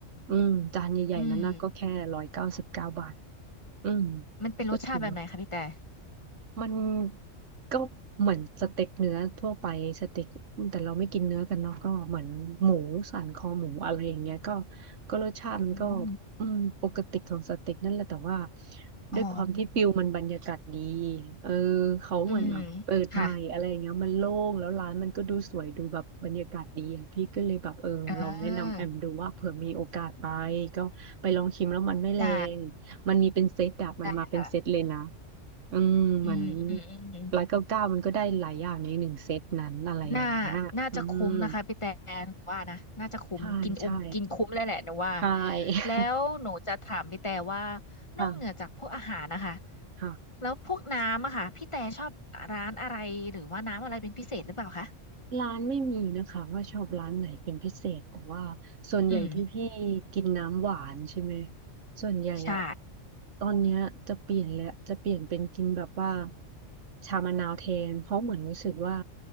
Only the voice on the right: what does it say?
อืมจานใหญ่ๆนั้นนะก็แค่ร้อยเก้าสิบเก้าบาท
อืม
ก็ถือว่ามันก็เหมือนสเต็กเนื้อทั่วไปสเต็กแต่เราไม่กินเนื้อกันเนาะก็เหมือนหมูสันคอหมูอะไรอย่างเงี้ยก็ก็รสชาติมันก็
อืมปกติของสเต็กนั่นแหละแต่ว่า
ด้วยความที่ฟิลมันบรรยากาศดีเออเขาเหมือนแบบเปิดใหม่อะไรอย่างเงี้ยมันโล่งแล้วร้านมันก็ดูสวยดูแบบบรรยากาศดีอ่ะพี่ก็เลยแบบเออลองแนะนำแอมดูว่าเผื่อมีโอกาสไป
ก็ไปลองชิมแล้วมันไม่แรง
มันมีเป็นเซตอะมันมาเป็นเซตเลยนะ
อืมเหมือน
ร้อยเก้าเก้ามันก็ได้หลายอย่างในหนึ่งเซตนั้นอะไรอย่างเงี้ยอืม
ใช่ ใช่ ใช
่ <laughs> ค่ะ
ค่ะ
ร้านไม่มีนะคะว่าชอบร้านไหนเป็นพิเศษแต่ว่าส่วนใหญ่ที่พี่
กินน้ำหวานใช่ไหมส่วนใหญ่อะ
ตอนเนี้ยจะเปลี่ยนแล้วจะเปลี่ยนเป็นกินแบบว่าชามะนาวแทนเพราะเหมือนรู้สึกว่า